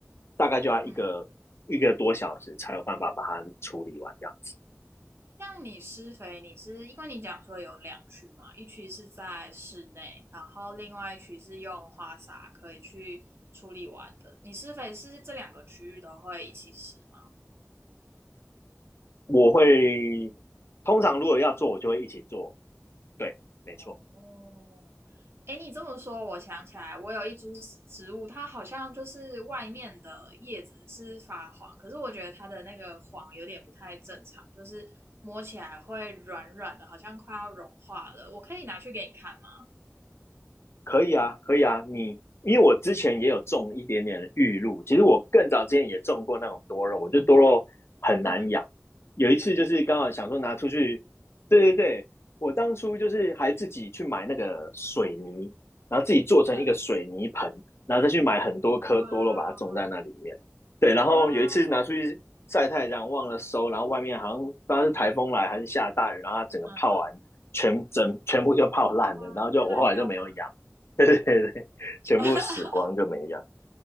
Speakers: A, on the left (about 55°); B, on the right (about 50°).
A: 大概就要一个一个多小时才有办法把它处理完这样子。
B: 嗯像你施肥，你是因为你讲说有两区嘛，一区是在室内，然后另外一区是用花洒可以去处理完的。你施肥是这两个区域都会一起施吗？
A: 我会通常如果要做，我就会一起做。对，没错。
B: 哦，哎，你这么说，我想起来，我有一株植物，它好像就是外面的叶子是发黄，可是我觉得它的那个黄有点不太正常，就是摸起来会软软的，好像快要融化了。我可以拿去给你看吗？
A: 可以啊，可以啊，你因为我之前也有种一点点的玉露，其实我更早之前也种过那种多肉，我觉得多肉很难养。
B: 嗯
A: 有一次就是刚好想说拿出去，对对对，我当初就是还自己去买那个水泥，然后自己做成一个水泥盆，
B: 嗯，
A: 然后再去买很多颗多肉把它种在那里面。
B: 哇，
A: 对，然后有一次拿出去晒太阳忘了收，
B: 哇，
A: 然后外面好像不知道是台风来还是下大雨，然后它整个泡完全整全部就泡烂了，
B: 嗯，哇，
A: 然后就我后来就没有养。
B: 会烂掉吧？
A: <laughs> 对对对，全部死光就没养。
B: <laughs>